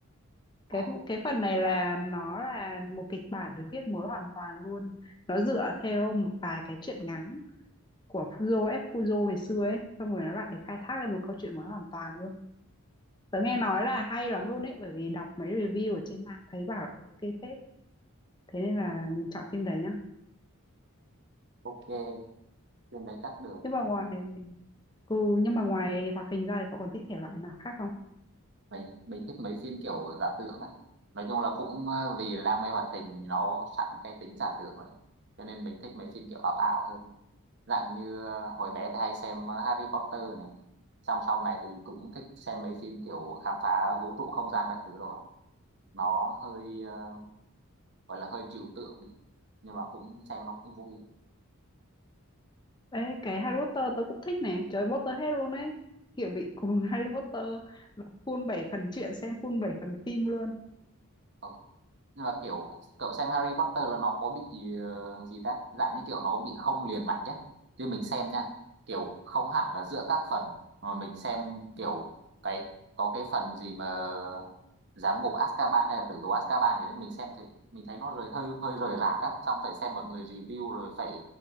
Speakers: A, on the left (about 20°); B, on the right (about 50°).
A: Cái
B: À,
A: cái phần này là nó là một kịch bản được viết mới hoàn toàn luôn. Nó dựa theo một vài cái truyện ngắn của Fuzo F Fuzo ngày xưa ấy xong rồi nó lại khai thác lên một câu chuyện của nó hoàn toàn luôn tớ nghe nói là hay lắm luôn ấy bởi vì đọc mấy review ở trên mạng thấy bảo ok phết thế nên là mình chọn phim đấy nhá
B: ok, phim đấy chắc được.
A: nhưng mà ngoài ừ, nhưng mà ngoài hoạt hình ra thì cậu còn thích thể loại nào khác không
B: Mình mình thích mấy phim kiểu giả tưởng á. Nói chung là cũng ờ, vì đam mê hoạt hình nó sẵn cái tính giả tưởng rồi. Cho nên mình thích mấy phim kiểu ảo ảo hơn. dạng như ờ, hồi bé thì hay xem ờ, Harry Potter này xong sau này thì cũng thích xem mấy phim kiểu khám phá vũ trụ không gian các thứ rồi nó hơi ờ, gọi là hơi trừu tượng đi nhưng mà cũng xem nó cũng vui
A: Ê, cái Harry Potter tớ cũng thích nè trời ơi, Potterhead luôn ấy kiểu bị cuồng <laughs> Harry Potter đọc full 7 phần truyện xem full 7 phần phim luôn
B: Ờ, Nhưng mà kiểu cậu xem Harry Potter là nó có bị ờ, gì ta dạng như kiểu nó bị không liền mạch nhé chứ mình xem nha kiểu không hẳn là giữa các phần mà mình xem kiểu cái có cái phần gì mà giám ngục Azkaban hay là tử tù Azkaban thì đấy mình xem thì mình thấy nó rời hơi hơi rời rạc á xong phải xem mọi người review rồi phải